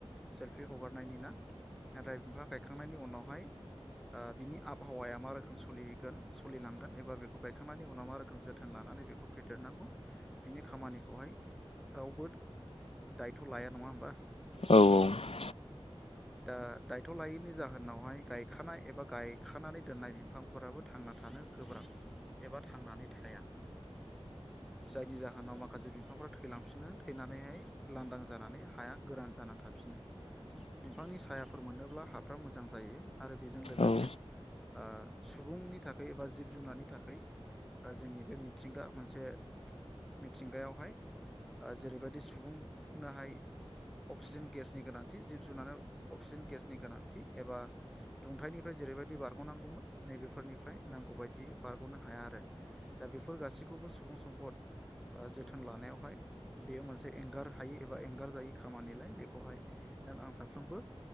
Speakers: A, in the centre; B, on the left.
A: सेल्फि हगारनायनि ना नाथाय बिफां गायखांनायनि उनावहाय। ओ बिनि आबहावाया मा रोखोम सलिगोन सलिलांगोन एबा बेखौ गायखांनायनि उनाव मा रोखोम जोथोन लानानै बेखौ फेदेरनांगौ बिनि खामानिखौहाय रावबो दायथ लाया नङा होमबा
B: औ उम
A: ओ दा दायथ लायैनि जाहोनावहाय गायखानाय। एबा गायखानानै दोननाय बिफांफोराबो थांना थानो गोब्राब एबा थांनानै थाया जायनि जाहोनाव माखासे बिफांफ्रा थैलांफिनो थैनानैहाय लांदां जानानै हाया गोरान जानानै थाफिनो बिफांनि सायाफोर मोनोब्ला हाफ्रा मोजां जायो आरो। बेजों लोगोसे
B: उम
A: ओ सुबुंनि थाखाय एबा जिब जुनारनि थाख ओ जोंनि बे मिथिंगा मोनसे मिथिंगायावहाय ओ जेरैबायदि सुबुंनोहाय अक्सिजेन गेसनि गोनांथि जिब जुनारानो अक्सिजेन गेसनि गोनांथि एबा। दुंथाइनिफ्राय जेरैबायदि बारगनांगौमोन नैबेफोरनिफ्राय नांगौबायदि बारगनो हाया आरो दा बेफोर गासैखौबो सुबुं सम्फद ओ जोथोन लानायावहाय बेयो मोनसे एंगार हायि एबा एंगार जायि खामानिलाय बेखौहाय नों आं साफ्रोमबो